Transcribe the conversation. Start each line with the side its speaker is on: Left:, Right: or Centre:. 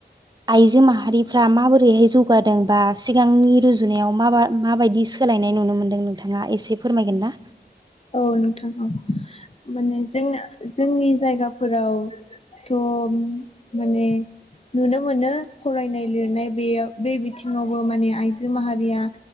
Right: आइजो माहारि फ्रा माबोरैहाय जौगादों बा सिगांनि रुजुनायाव माब माबायदि सोलायनाय नुनो मोन्दों नों ङा एसे फोरमायगोन ना?
Left: औ नोंथां औ माने जों जोंनि जायगाफोरावथ' माने नुनो मोनो फरायनाय लिरनाय बेयाव बे बिथिङावबो माने आइजो माहारिया